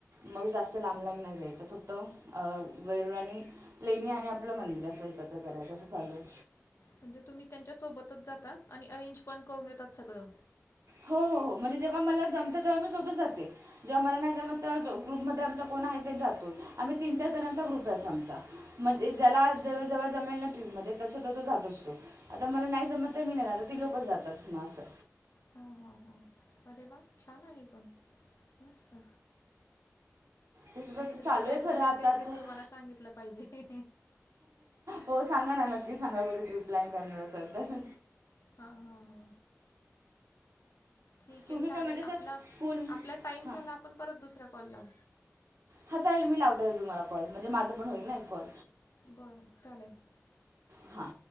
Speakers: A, on the right; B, on the left.
A: मग जास्त लांब लांब नाय जायचं फक्त अ वैरूळ आणि लेणी आणि आपलं मंदिर असं एकत्र करायच असं चालू आहे.
B: म्हणजे तुम्ही त्यांच्या सोबतच जाता आणि अरेंज पण करून येतात सगळं
A: हो हो हो म्हणजे जेव्हा मला जमत तेव्हा मी सोबत जाते. जेव्हा मला नाय जमत तेव्हा ग्रुपमध्ये आमचा कोण आहे ते जातो. आम्ही तीन चार जणांचा ग्रुप आहे असा आमचा म्हणजे ज्याला
B: अच्छा
A: जेवे जवळ जमेल ना ट्रीप मध्ये तस तो तो जात असतो आता मला नाय जमतये मी नाय आता ती लोक जातात म असं
B: ह हा हा अरे वा! छान आहे पण मस्त.
A: ते सुद्धा
B: काही
A: चालू
B: ट्रिप प्लॅन
A: आहे खरं
B: करायची
A: आता
B: असले
A: आताच
B: तुम्हाला सांगितलं पाहिजे.
A: हो सांगा ना नक्की सांगा कुठे ट्रीप प्लॅन करणार असाल तर.
B: हा हा हा. ठीक आहे
A: तुम्ही
B: चालेल
A: काय म्हणजे असं
B: आपला
A: स्कूल
B: आपला टाईम
A: हां
B: झाला आपण परत दुसरा कॉल लावू.
A: हा चालेल मी लावते तुम्हाला कॉल म्हणजे माझ पण होईल ना एक कॉल.
B: बरं चालेल.
A: हा